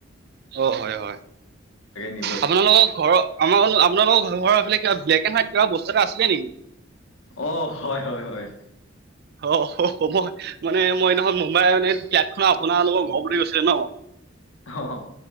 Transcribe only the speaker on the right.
অ' হয় হয়
আপোনালোকৰ ঘৰ আমাৰ আপোনালোক ঘৰ কিবা ব্লেক এড হাইট কিবা বস্তু এটা আছিলে নেকি
অ' মই মানে মই এইদিনাখন মুম্বাইৰ মানে ফ্লেট খনৰ আপোনালোকৰ ঘৰ পিনে গৈছিলে নহ